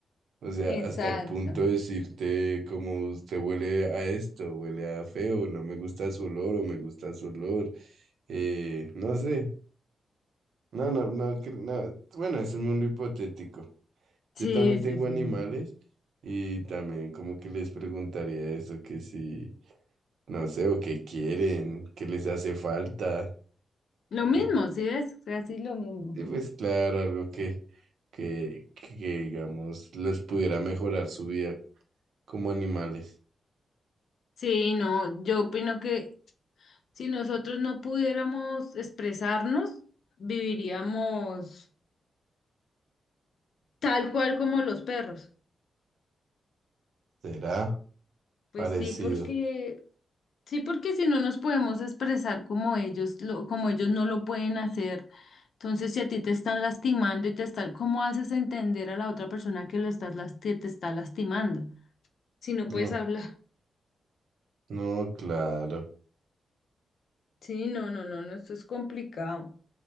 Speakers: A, on the right (about 75°); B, on the left (about 60°).
A: O sea,
B: Exacto.
A: hasta el punto de decirte como usted huele a esto, huele a feo, no me gusta su olor o me gusta su olor. Eh, no sé, no, no, no, cre- no. Bueno, es un mundo hipotético.
B: Sí,
A: Yo también tengo
B: sí, sí.
A: animales
B: sí.
A: y también como que les preguntaría eso, que si, no sé, o qué quieren, qué les hace falta.
B: Lo
A: eh,
B: mismo, ¿sí ves? Casi lo mismo.
A: y pues claro, algo que, que, que digamos les pudiera mejorar su vida como animales.
B: Sí, no, yo opino que si nosotros no pudiéramos expresarnos, viviríamos tal cual como los perros.
A: ¿Será?
B: Pues
A: Parecido.
B: sí, porque Sí, porque si no nos podemos expresar como ellos, lo, como ellos no lo pueden hacer. Entonces, si a ti te están lastimando y te están, ¿cómo haces entender a la otra persona que lo estás, las- que te está lastimando? Si no puedes
A: No,
B: hablar.
A: no, claro.
B: Sí, no, no, no, no, esto es complicado.